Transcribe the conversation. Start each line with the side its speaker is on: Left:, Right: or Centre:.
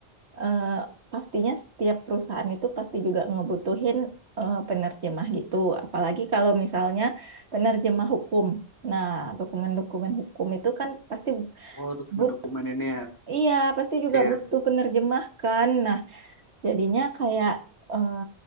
Right: eh, pastinya setiap perusahaan itu pasti juga ngebutuhin eh, penerjemah gitu. Apalagi kalau misalnya penerjemah hukum. Nah, dokumen-dokumen hukum itu kan pasti
Left: oh dokumen-dokumen
Right: but,
Left: ini ya
Right: iya pasti juga
Left: iya
Right: butuh penerjemah kan. Nah, Jadinya kayak eh,